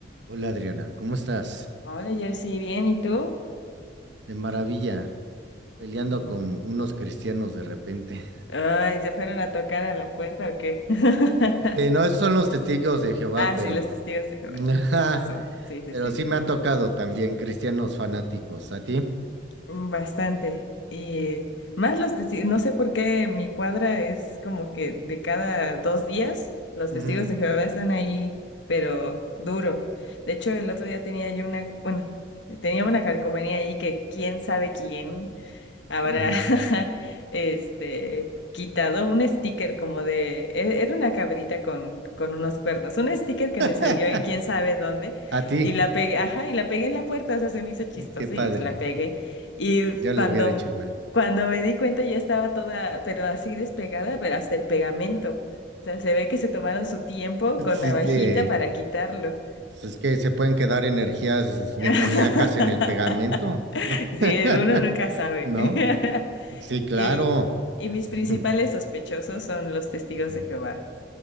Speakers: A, on the right (about 60°); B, on the left (about 70°).
A: Hola Adriana, ¿cómo estás?
B: Hola, Jersey, bien, ¿y tú?
A: De maravilla, peleando
B: Qué bueno.
A: con unos cristianos de repente.
B: Ay, ¿te fueron a tocar a la puerta o qué? <laughs>
A: Este, no, esos son los testigos de Jehová,
B: Ah,
A: pero...
B: sí, los testigos de
A: <laughs>
B: Jehová, sí,
A: ajá,
B: tienes razón. Sí, sí,
A: pero
B: sí.
A: sí me ha tocado también cristianos fanáticos. ¿A ti?
B: Mm, Bastante. Y más los testigos, no sé por qué mi cuadra es como que de cada dos días los testigos
A: Ujú,
B: de Jehová están ahí, pero duro. De hecho, el otro día tenía yo una, bueno, tenía una calcomanía ahí que quién sabe quién. habrá
A: ujú.
B: <laughs> este quitado un sticker como de e- era una cabrita con con unos cuernos, un sticker que
A: <laughs>
B: me salió en quién sabe dónde
A: A ti.
B: y la pegué, ajá, y la pegué en la puerta, o sea, se me hizo chistoso
A: Qué padre.
B: y pues la pegué y
A: Yo
B: cuando
A: lo hubiera hecho igual.
B: cuando me di cuenta ya estaba toda pero así despegada, pero hasta el pegamento. O sea, se ve que se tomaron su tiempo con
A: Sí,
B: navajita
A: sí,
B: para quitarlo.
A: pues es que se pueden quedar energías demoníacas
B: <laughs>
A: en el pegamento. <laughs>
B: Sí, uno nunca sabe.
A: ¿No?
B: <laughs>
A: Sí, claro.
B: Y, y mis principales
A: <laughs>
B: sospechosos son los testigos
A: Ujú.
B: de Jehová,